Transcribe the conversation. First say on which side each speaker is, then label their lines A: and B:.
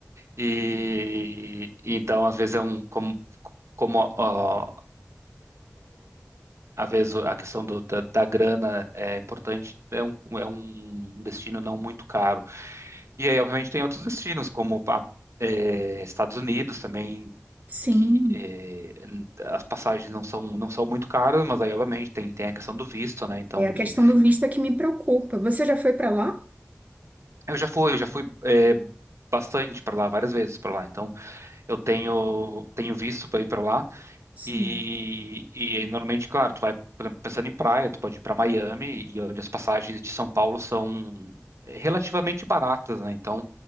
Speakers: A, on the right; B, on the right.
A: E então, às vezes é um como como ó, às vezes a questão do, da, da grana é importante, é um, é um destino não muito caro. E aí, obviamente, tem outros destinos, como a- eh, Estados Unidos também,
B: Sim.
A: que eh, n- as passagens não são, não são muito caras, mas aí, obviamente, tem, tem a questão do visto, né? Então,
B: É a
A: que
B: questão do visto é que me preocupa. Você já foi pra lá?
A: eu já fui, já fui eh, bastante para lá, várias vezes para lá. Então, eu tenho, tenho visto para ir para lá.
B: Sim.
A: E, e normalmente, claro, tu vai, por exemplo, pensando em praia, tu pode ir para Miami, e onde as passagens de São Paulo são eh, relativamente baratas, né? Então,